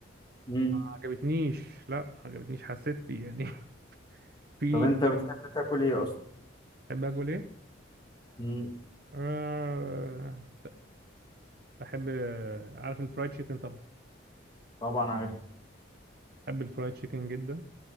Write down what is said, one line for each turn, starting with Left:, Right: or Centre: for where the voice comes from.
Left: مم.
Right: ما عجبتنيش لا ما عجبتنيش حسيت بيه يعني <laughs> في
Left: طب انت بتحب تاكل ايه اصلا
Right: بحب اكل ايه
Left: مم،
Right: آه... بحب عارف الفرايد تشيكن طبعا
Left: طبعا عارف
Right: بحب الفرايد تشيكن جدا